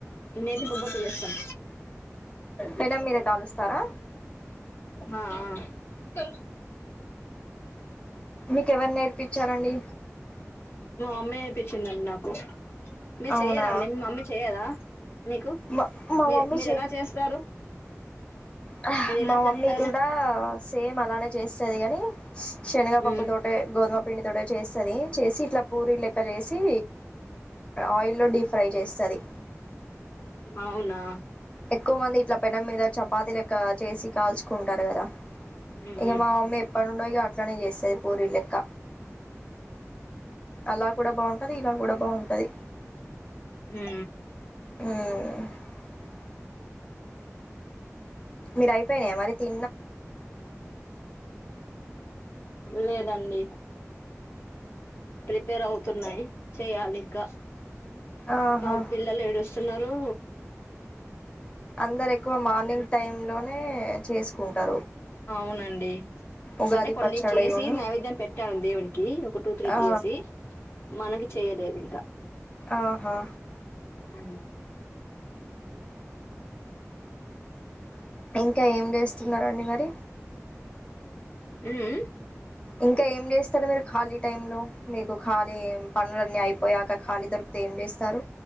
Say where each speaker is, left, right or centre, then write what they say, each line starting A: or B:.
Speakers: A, on the left; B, on the left.
A: నేతి బొబ్బట్లు చేస్తాం
B: పెనం మీద కాలుస్తారా
A: ఆ ఆ కచ్
B: మీకెవరు నేర్పించారండి
A: మా అమ్మే తెచ్చిందండి నాకు మీరు
B: అవునా
A: చెయ్యరా అండి మమీ చెయ్యద మీకు
B: మా మా
A: మీ
B: మమ్మీ
A: మీరు ఎలా చేస్తారు
B: హా
A: మీరు ఎలా
B: మా మమ్మీ
A: చేస్తారు
B: కూడా సేమ్ అలానే చేస్తది ఏంది శషనగ పప్పుు
A: మ్మ్
B: తోటే గోద పిండి తోటే చేస్తది చేసి ఇట్లా పూరీ లెక్క చేేసి ఆయిల్లో డీప్ ఫ్రై చేస్తుంది
A: అవునా
B: ఎక్కువ మంది ఇట్ల పెనం మీద చపాతి లెక్క చేసి కాల్చు కుంటారు కదా
A: మ్మ్
B: ఇక మా అమ్మ ఎప్పడుండో ఇక అట్లనే చేస్తది పూరీ లెక్క అలా కూడా బాగుంటది ఇలా కూడా బాగుంటది
A: ఉ
B: ఆ మీరయిపోయినాయ మరి తి
A: లేదండి ప్రిపేర్ అవుతున్నాయి చెయ్యాలి ఇంకా
B: ఆహా
A: మా పిల్లలు ఏడుస్ చున్నారు
B: అందరు ఎక్కువ మార్నింగ్ టైమ్ లోనే చేసుకుంటారు
A: అవునండి
B: ఉగాది
A: అంటే కొన్ని
B: పచ్చడిను
A: చేసి నైవేద్యం పెట్టాను దేవునికి ఒక టూ త్రీ
B: ఆ
A: త చేసి మనకి చేయలేదు ఇంకా
B: ఆహా
A: ఉ
B: <unintelligible> ఇంకా ఏం చేస్తున్నరండి మరి
A: ఉ ఉ
B: ఇంకా ఏం చేస్తారు మీరు ఖాళీ టైం లో మీకు ఖాళీ పనులన్నీ అయిపోయాక ఖాళీ దొరికితే ఏం చేస్తారు